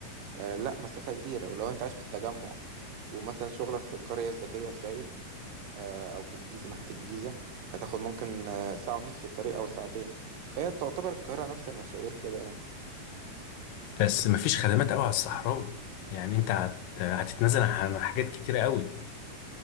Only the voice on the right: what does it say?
آه، لا مسافة كبيرة ولو انت عايش في التجمع ومثلا شغلك في القرية الذكية في زايد آه، او في الجيزه ناحيه الجيزه هتاخد ممكن آه، ساعه ونص في الطريق او ساعتين فهي تعتبر القاهره نفس المشاوير كده يعني